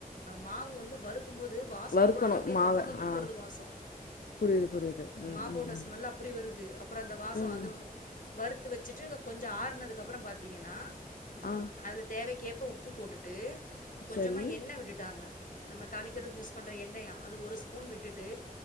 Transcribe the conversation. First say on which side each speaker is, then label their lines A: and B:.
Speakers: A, on the left; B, on the left.
A: மாவு வந்து வறுக் வறுக்கும் போது வாசோ
B: வறுக்கணு
A: அவ்ளோ நல்லபடியா
B: மாவ
A: கமகமன்னு
B: ஆ
A: வருது வாசோ
B: புரியுது புரியுது ம்
A: மாவோட
B: ம் ம்
A: ஸ்மெல் அப்புடி வருது அப்பறோ அந்த வாசோ
B: ம்
A: அதுவும் வறுத்து வச்சுட்டு கொஞ்ச ஆருனதுக்கு அப்பறோ பாத்தீங்கென்னா
B: ஆ
A: அதுல தேவைக்கேற்ப உப்பு போட்டுட்டு கொஞ்சமா
B: சரி
A: எண்ணெய் விட்டுட்டாங்க நம்ம தாளிக்கிறதுக்கு யூஸ் பண்ற எண்ணெயா அது ஒரு ஸ்பூன் விட்டுட்டு